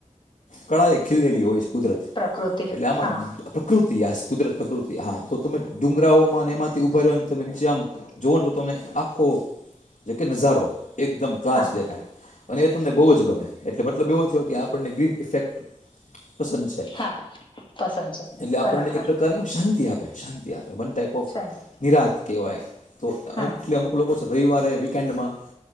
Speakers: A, on the left; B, on the left.
A: કળાએ ખીલેલી હોય છે, કુદરત
B: પ્રકૃતિ
A: એટલે આમાં.
B: હા
A: પ્રકૃતિ આ કુદરત પ્રકૃતિ હાતો તમે ડુંગરાઓમાં અને એમાંથી ઉભારીયો અને તમે નીચે આમ, જોવાને આખો જેકે નજારો એકદમ. ક્લાસ
B: હા
A: દેખાય અને એ તમને બહુ જ ગમે એટલે મતલબ એવો થયો કે આપણને ગ્રીન ઇફેક્ટ પસંદ છે.
B: હા પસંદ છે.
A: એટલે
B: બરાબર
A: આપણને એક પ્રકારની એમ શાંતિ આપે, શાંતિ આપે. વન ટાઈપ ઓફ
B: શાંતિ
A: નિરાંત કહેવાય. તો
B: હમ
A: એટલે અમુક લોકો છે રવિવારે વીકેન્ડમાં